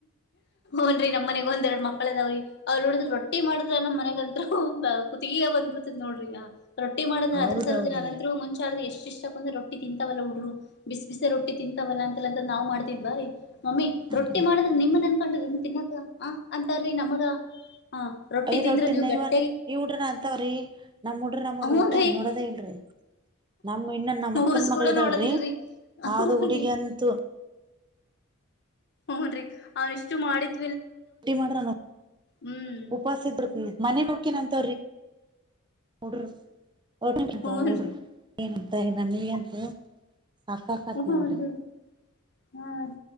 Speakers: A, on the left; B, on the right.
A: ಹನ್ರಿ ನಮ್ಮ ಮನೆಗೆ ಒಂದ್ರಡು ಕಳೆದಾವ್ರಿ ಅವ್ ನೋಡಿದ್ರರು ರೊಟ್ಟಿ ಮಾಡಿದ್ರೆ ನಮ್ಮ್ ಮನೆಗಂತರು ಬ ಕತ್ ಬಂದ್ಬಿಡ್ತದ ನೋಡ್ರಿ ರೊಟ್ಟಿ ಮಾಡಿದ್ರೆ
B: ಹೌದೌದ್ರಿ
A: ಆದ್ರ ಸಲಿಲ್ಲ ಅದಂತರು ಮುಂಚೆ ಆದೆ ಎಷ್ಟು ಇಷ್ಟಂದ್ರೆ ರಟ್ಟಿ ತಿಂತವಲ್ಲ ಉುಡ್ರು ಬಿಸ್ ಬಿಸ ರೊಟ್ಟಿ ತಿಂತವಲ್ಲ ಅಂತ ಅಂತ ನಾ್ ಮಾಡ್ತಿದ್ ಬೀ ಮಮ್ಮಿ
B: ಹಾರಿ
A: ರೊಟ್ಟಿ ಮಾಡಿದ್ರೆ ನಿಮ್ಮ ನನ್ಕೊಂಡ್ರನ್ ತಿನ್ನಾಕ ಆ ಅಂತ ನಮಗ ಹಾ ರೊಟ್ಟಿ
B: ಐ
A: ತಿಂದ್ರೆ ನೀವುಗಟ್ಟಿ
B: ನೈವ ಈ ಉಡ್ರ ಅಂತವ್ರೀ ನಮ್ಮ್ಡ್ ನಮ್ ಉಡ್ರಿ
A: ಹೂನ್ರಿ
B: ಒಟ್ಟಟ ನೋಡದೇ ಇಲ್ರಿ ನಮ್ಮ ಇನ್ನನ್ ನಮ್ಮ
A: ಮೂಸ್
B: ಅಕ್ಕನ್ ಮಗಳ
A: ಕೂಡ
B: ಇದ್ದಾಳ್ರಿ
A: ನೋಡೋದಿಲ್ರಿ
B: ಅದು
A: ಹೂನ್ರಿ
B: ಹುಡುಗ ಅಂತೂ
A: ಹ್ನ್ರಿ ಅವ್ನ ಇಷ್ಟು ಮಾಡಿದ
B: ರಟ್ಟಿ ಮಾಡ್ರ
A: ಹ್ಮ್
B: ಉಪಾಸ ಇಬಿಡ್ ಮನೆ ಬಕಿನಂತ ಡ್ರಡ್ರಿ
A: ಹೂನ್ರಿ
B: ಏನ್ ನಮೀಗಂತ ಸಾಕಾಕತ್
A: ಹೂನ್ರಿ
B: ನೋಡ್ರಿ
A: ಹಾ ರೀ